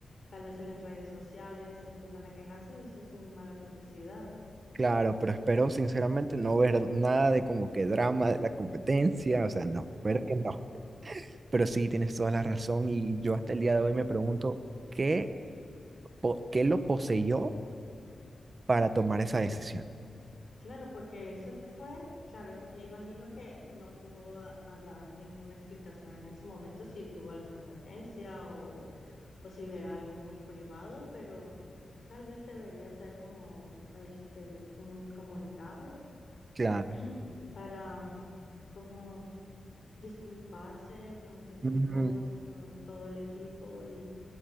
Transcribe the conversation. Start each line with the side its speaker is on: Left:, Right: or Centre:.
Left: tal vez en las redes sociales empiezan a quejarse y eso es muy mala publicidad.
Right: Claro, pero espero sinceramente no ver nada de como que drama de la competencia, o sea, no,
Left: <laughs>
Right: espero que
Left: Ujú.
Right: no. Pero sí, tienes toda la razón y yo hasta el día de hoy me pregunto qué, po- qué lo poseyó para tomar esa decisión.
Left: Claro, porque él se fue, claro, im- imagino que no pudo a- a dar ninguna explicación en ese momento si tuvo alguna emergencia o, o si era algo muy privado, pero tal vez debería ser como este un comunicado
Right: Claro.
Left: <clears throat> para como disculparse con los equipos
Right: Ujú.
Left: y con todo el equipo y,